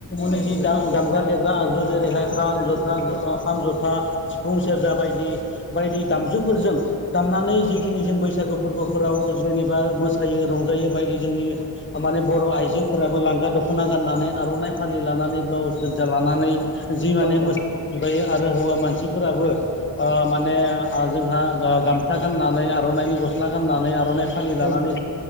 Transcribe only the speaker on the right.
औ औ
औ नंगौ